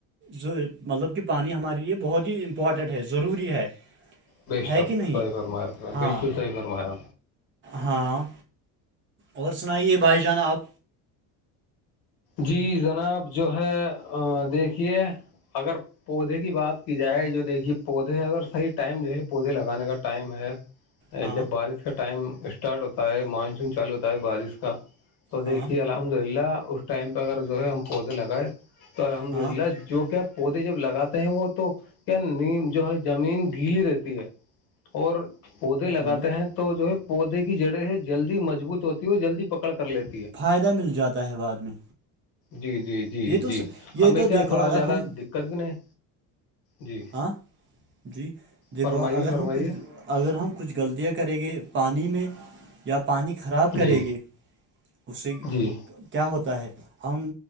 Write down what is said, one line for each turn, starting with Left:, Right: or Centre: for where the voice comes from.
Right: جو مطلب کہ پانی ہمارے لیے بہت ہی امپورٹنٹ ہے ضروری ہے
Left: بے
Right: ہے
Left: شک
Right: کہ نہیں
Left: صحی فرمایا
Right: ہاں
Left: بالکل صحیح فرمایا
Right: ہاں اور سنائیے بھائی جانا آپ
Left: جی جناب جو ہے دیکھیے اگر پودے کی بات کی جائے جو دیکھیے پودے اگرح ٹائم جو ہے پودے لگانے کا ٹائم ہے ہ
Right: ہاں
Left: <inaudible> جب بارش کا ٹائم اسٹارٹ ہوتا ہے مانسون چالو ہوتا ہے بارش کا تو
Right: ہاں
Left: دیکھیے اللہ الحمد للہ اس ٹائم پہ اگر جو ہے ہم پودے لگائ تو الحمد
Right: ہاں
Left: للہ جو کیا پودے جب لگاتے ہیں وہ تو کیا نیم جو ہے زمین گیلی رہتی ہے اور پودے لگاتے
Right: ہوں
Left: ہیں تو جو ہے پودے کی جڑیں ہے جلدی مضبوط ہوتی ہے اور جلدی پکڑ کر لیتے
Right: فائدہ مل جاتا ہے بعد میں
Left: جی جی جی
Right: یہ تو
Left: جی
Right: یہ
Left: ہمیں
Right: تو
Left: کیا
Right: دیکھو
Left: تھوڑا
Right: اگر
Left: زیادہ
Right: ہم
Left: دقت بھی نہیں جی
Right: ہاں جی دیکھوا
Left: فرمائیے
Right: اگر
Left: فرمائیے
Right: ہم کچھ اگر ہم کچھ غلطیاں کریں گے پانی میں یا پانی خراب کریں
Left: جی
Right: گے اس سے کیا
Left: جی
Right: ہوتا ہے ہم